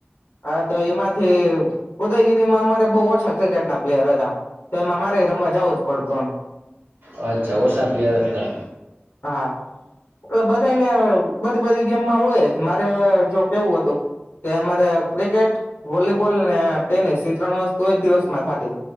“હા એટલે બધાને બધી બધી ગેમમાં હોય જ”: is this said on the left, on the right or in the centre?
Left